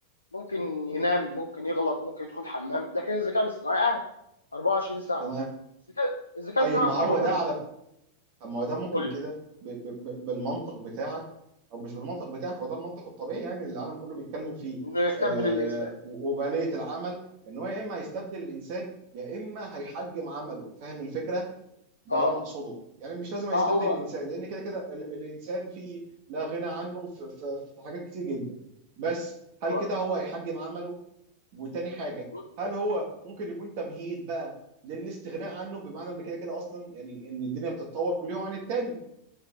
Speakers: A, on the left; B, on the right.
A: ممكن ينام ممكن يغلط ممكن يدخل حمام لكن الذكاء الاصطناعي قاعد 24 ساعه
B: تمام
A: الذكاء الذكاء
B: طيب
A: الاصطناعي
B: ما
A: اصلا
B: هو
A: موجود
B: ده على ف- طب ما هو ده ممكن
A: قول
B: كده
A: لي
B: ب... ب... ب... بالمنطق بتاعك او مش بالمنطق بتاعك هو ده المنطق الطبيعي يعني اللي العالم كله بيتكلم فيه
A: انه يستبدل
B: آه
A: الانسان
B: و- وباليه العمل ان هو يا اما هيستبدل الانسان يا اما هيحجم عمله فاهم الفكره ده
A: اه
B: اللي انا اقصده يعني مش لازم هيستبدل
A: اه هو
B: الانسان لان كده كده ال... الانسان فيه لا غنى عنه في... في... في حاجات كتير جدا بس هل
A: هو
B: كده هو هيحجم عمله وتاني حاجه
A: ب-
B: هل هو ممكن يكون تمهيد بقى للاستغناء عنه بمعنى ان كده كده اصلا يعني ان الدنيا بتتطور كل يوم عن التاني